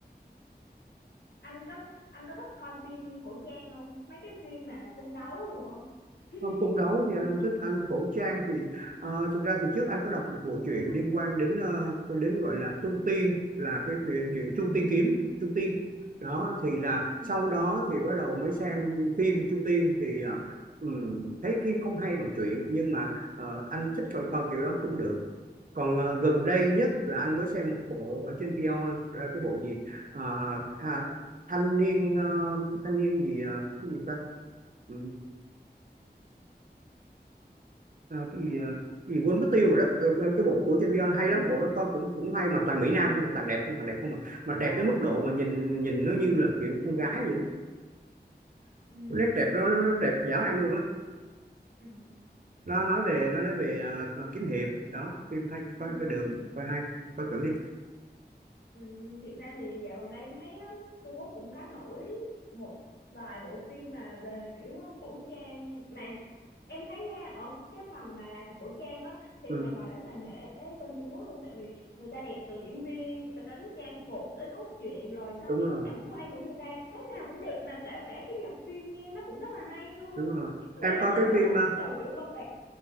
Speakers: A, on the left; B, on the right.
A: anh có anh có thích coi phim cổ trang không mấy cái phim mà cung đấu rồi không
B: không
A: <laughs>
B: cung đấu thì anh không thích anh cổ trang thì ờ, thực ra thì trước anh có đọc một bộ truyện liên quan đến ờ, đến gọi là Trung Tiên là cái phim- chuyện Trung
A: ừ
B: Tiên kiếm Trung Tiên đó thì là
A: ừ
B: sau đó thì bắt đầu mới xem phim Trung Tiên thì ờ, ừm, thấy phim không hay bằng truyện nhưng mà ờ, anh thích coi coi kiểu đó cũng được còn ờ, gần đây nhất là anh mới xem một bộ ở trên Vion ờ, cái bộ gì Ờ, tha, thanh niên ờ, thanh niên gì ờ, cái gì ta ừ, ờ, cái gì ờ, cái gì quên mất tiêu rồi đó Ờ, cái, cái bộ của trên Vion hay
A: ừ
B: lắm bộ đó coi cũng cũng hay mà toàn mỹ nam không toàn đẹp không toàn đẹp không mà mà
A: wow
B: đẹp tới mức độ mà nhìn nhìn nó như là kiểu con gái vậy
A: ừ
B: nét đẹp nó nó, nó đẹp dã man luôn á
A: à
B: nó nói về nó nói về ờ, ờ, kiếm hiệp đó phim hay
A: ừ
B: coi
A: ừ.
B: coi được coi hay coi thử đi
A: Ừ, thiệt ra thì dạo gần đây em thấy á, Trung Quốc cũng có nổi một vài bộ phim mà về kiểu ờ, cổ trang mà em thấy nha ở cái phần mà làm cổ trang á thì
B: ừ,
A: em phải gọi rất là nể bên Trung Quốc luôn tại vì người ta đẹp từ diễn viên đến trang phục tới cốt truyện rồi xong
B: đúng
A: cái
B: rồi
A: cảnh quay của người ta cái nào cũng đẹp mà kể cả cái nhạc phim nghe nó cũng rất là hay luôn
B: đúng rồi
A: có
B: em
A: nghĩa là
B: coi
A: mọi
B: cái
A: thứ
B: phim ờ,
A: nó đều kiểu perfect